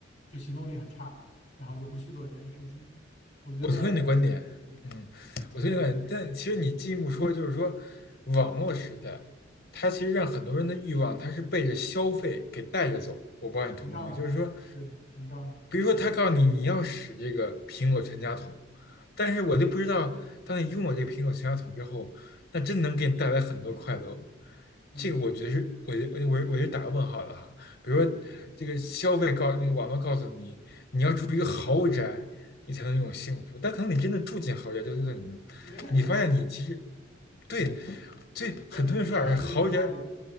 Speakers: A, on the left; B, on the left.
A: 就行动力很差，然后就不去做这件事情。我觉得，
B: 我同意你的观点，
A: 嗯，
B: 嗯，我同意你的观点，但其实你进一步说，就是说，网络时代，它其实让很多人的欲望，它是被着消费给带着走。我不知道你同不同意，
A: 膨胀是的，
B: 就是说，
A: 膨胀，
B: 比如说他告诉你你要使这个苹果全家桶，但是我就不知道，当你拥有这个苹果全家桶之后，那真能给你带来很多快乐吗？
A: 嗯，
B: 这个我觉得是，我我我我就打个问号了哈。比如说，这个消费告那个网络告诉你，一个豪宅，你才能拥有幸福。但可能你真的住进豪宅，就对在你能，
A: 就没感觉
B: 你发现你其实对，
A: 对，是
B: 所以很多人说啊，
A: 跟住地下室没什么差别。
B: 豪宅，